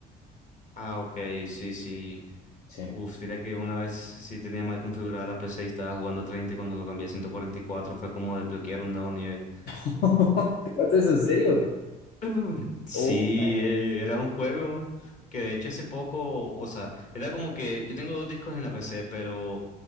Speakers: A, on the left; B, on the left.
A: Ah, ok, sí, sí.
B: Sí.
A: Uf, mira que una vez sí tenía mal configurada la PC y estaba jugando 30 y cuando lo cambié a 144 fue como desbloquear un nuevo nivel.
B: <laughs> ¿Te pasa eso en serio?
A: <laughs> Sí,
B: Oh my
A: eh, era un juego que de hecho hace poco, o sea, era como que yo tengo dos discos en la PC, pero